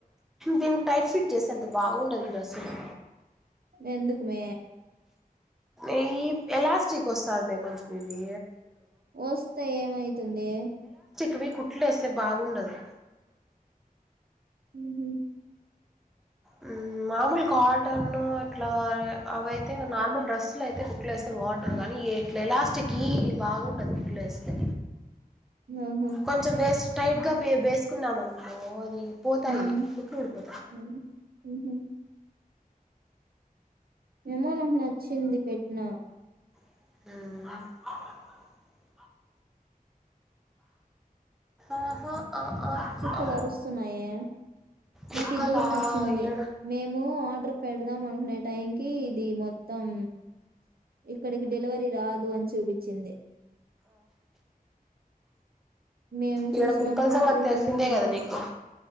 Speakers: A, in the centre; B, on the right.
A: దీనికి టైట్ ఫిట్ చేసాను అది బాగుండదు ఈ డ్రెస్సులో
B: ఎందుకుమే
A: ఏయి ఎలాస్టిక్ వస్తాంది కొంచెం ఇది
B: వస్తే ఏమైతుంది
A: అవి కుట్లేస్తే బాగుండదు
B: ఊహూ
A: హ్మ్ మామూలు కాటను ఇట్లా అ అవైతే నార్మల్ డ్రెస్లు అయితే కుట్లు వేస్తే బావుంటది గానీ ఇట్లా ఎలాస్టిక్కియి బాగుండదు కుట్లు వేస్తే
B: ఆహా
A: కొంచెం వేస్ట్ టైట్ గా పె వేసుకున్నామనుకో అది పోతాయి
B: ఉమ్
A: కుట్లు ఊడిపోతాయి
B: ఉమ్, ఉహు ఏమో నాకు నచ్చింది పెట్న
A: అ ఆహా ఆ ఆ
B: కుక్కలు
A: ఆ
B: అరుస్తున్నాయే
A: కుక్కలా
B: నాకు ఇది కూడా నచ్చింది
A: ఈడ
B: మేము ఆర్డర్ పెడదాం అనుకునే టైం కీ ఇది మొ మొత్తం ఇక్కడికి డెలివరీ రాదు అని చూపించింది మేము చూసినప్పుడు
A: ఈడ కుక్కల సంగతి
B: టూ
A: తెలిసిందే
B: ఫిఫ్టీ
A: కదా నీకు